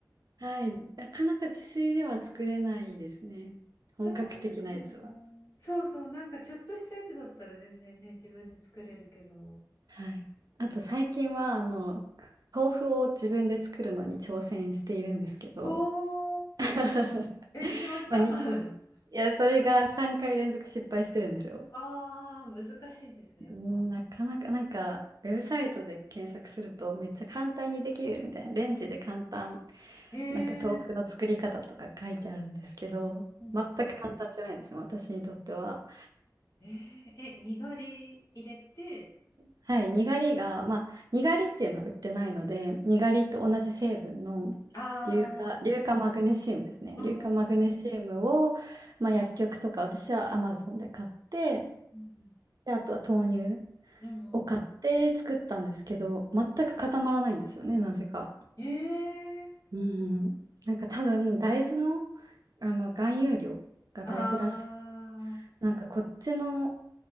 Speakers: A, on the right; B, on the left.
A: はい。なかなか自炊では作れないですね。
B: そうですよね。
A: 本格的なやつは。
B: そうそう、なんかちょっとしたやつだったら全然ね、自分で作れるけど。
A: はい。あと最近は、あの、豆腐を自分で作るのに挑戦しているんですけど、
B: おお。
A: <laughs>
B: え、できました
A: まあ、に、
B: <laughs>
A: いや、それが3回連続失敗してるんですよ。
B: ああ、難しいですね、やっぱ。
A: なかなか、なんか、ウェブサイトで検索するとめっちゃ簡単にできるみたいな、レンジで簡単、
B: えー、
A: なんか豆腐の作り方とか書いてあるんですけど、
B: うんうん
A: 全く簡単じゃないんですよ、私にとっては。
B: えー、え、にがり入れて、
A: はい、にがりが、まあ、にがりっていうのは売ってないので、にがりと同じ成分の
B: ああ、
A: 硫化、硫化マグネシウムですね。
B: うんうんうん
A: 硫化マグネシウムを、まあ、薬局とか、私はアマゾンで買って、
B: うんうんうん。
A: で、あとは豆乳
B: うん
A: を買って作ったんですけど、全く固まらないんですよね、なぜか。
B: うん。えー、
A: うん。なんか多分、大豆の、あの含有量が大事らしく、
B: ああ、
A: なんかこっちの